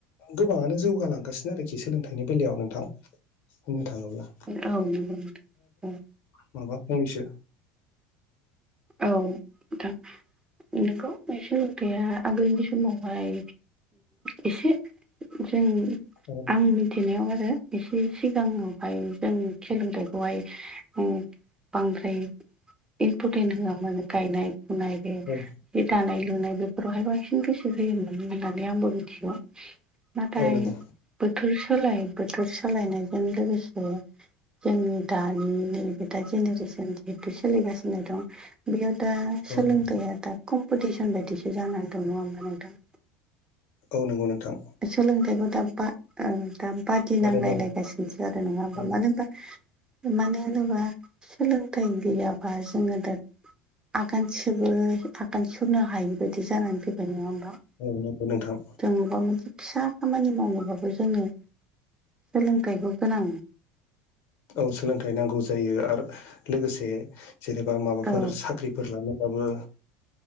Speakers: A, on the left; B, on the right.
A: गोबाङानो जौगालांगासिनो आरोखि सोलोंथाइनि बेलायाव नोंथां होननो थाङोब्ला
B: औ नोंथां
A: माबा फंनैसो
B: औ नोंथां नंगौ बे सोलोंथाइया आगोलनि समावहाय एसे जों
A: <inaudible>
B: आं मिथिनायाव आरो एसे सिगाङावहाय जों सोलोंथाइखौहाय बांद्राय इम थेन होआ मानो गायनाय फुनाय बे बे
A: औ
B: दानाय लुनाय बे बेावहाय बांसिन गोसो होयोमोन होननानै आंबो मिथिगौ नाथाय
A: औ नंगौ
B: बोथोर सोलाय बोथोर सोलायनायजों लोगोसे जोंनि दानि नैबे दा जेनेरेसन जिहेथु सोलिगासिनो दं बेयाव दा सोलोंथाइया
A: औ नंगौ
B: दा कम्पिटिसन बायदिसो जानानै दङ नङा होमबा नोंथां
A: औ नंगौ नोंथां
B: सोलोंथाइखौ दा बा दा बाद गिनांलायलायगासिनोसो
A: बादायलायनाय
B: आरो नङा होमबा
A: औ
B: मानो होनबा मानो होनोबा सोलोंथाइ गैयाबा जोङो दा आगान सेबो आगान सुरनो हायि बायदि जानानै फैबाय नङा होमबा
A: औ नंगौ नोंथां
B: जों अबावबा मोनसे फिसा खामानि मावोबाबो जोङो सोलोंथाइखौ गोनां
A: औ सोलोंथाइ नांगौ जायो आरो लोगोसे जेनेबा माबाफोर
B: औ
A: साखा ख्रिफोर लानोबाबो